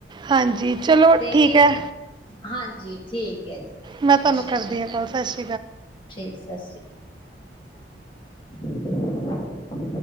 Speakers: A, on the right; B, on the left.
A: ਹਾਂਜੀ ਚਲੋ
B: ਤੇ
A: ਠੀਕ
B: ਕੇ
A: ਹੈ
B: ਹਾਂਜੀ ਠੀਕ ਹੈ ਜੀ
A: ਮੈਂ
B: ਸਤਿ
A: ਤੁਹਾਨੂੰ
B: ਸ਼੍ਰੀ
A: ਕਰਦੀ
B: ਅਕਾਲ
A: ਹਾਂ ਕੱਲ ਸੱਚ
B: ਠੀਕ ਸਤਿ ਸ਼੍ਰੀ ਅਕਾਲ <unintelligible>